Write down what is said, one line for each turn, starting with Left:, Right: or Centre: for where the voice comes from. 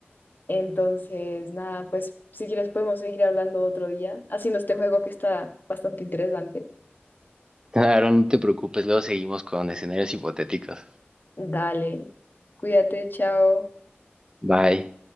Left: Entonces, nada, pues si quieres podemos seguir hablando otro día, haciendo este juego que está bastante interesante.
Right: Claro, no te preocupes, luego seguimos con escenarios hipotéticos.
Left: Dale, cuídate, chao.
Right: Bye.